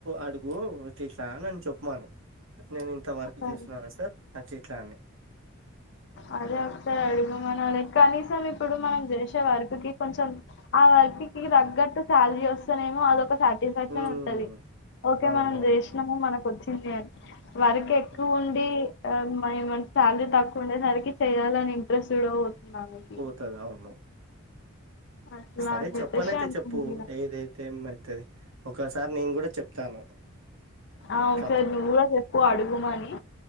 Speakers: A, on the right; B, on the left.
A: అడుగూ ఇట్లిట్లా అనన్ చెప్పుమాను నేను ఇంత వర్కు
B: సరే
A: జేస్నా సార్ అట్లిట్లా అని
B: అదే అదొక్సారడుగు మనాలె కనీసం ఇప్పుడు మనం జేశే వర్కుకి కొంచం ఆ వర్క్ కీ దగ్గట్టు సాల్రీ ఒస్తెనేమో అదొక సాటి ఫ్యాక్షను
A: ఉమ్
B: ఉంటది ఓకే
A: అవునవును
B: మనం జీష్ణమూ మనకొచ్చిందీ అని వర్ కెక్కువుండీ
A: అంతే
B: ఆ మనిద్ మన సాల్రీ తక్కువుండే సరికి చెయ్యాలని ఇంట్రెస్ట్ గుడా పోత్ <unintelligible>
A: తదా ఉన్ను
B: అట్లా
A: సరే
B: అని చెప్పేసి
A: చెప్పనైతె
B: అంటుంది
A: చెప్పూ
B: ఇగ
A: ఏదైతే ఏమున్నది ఒకాసారి నేన్ గూడ చెప్తాను
B: ఆ ఒసారి
A: కదా
B: నువ్వు గూడ జెప్పు అడుగుమని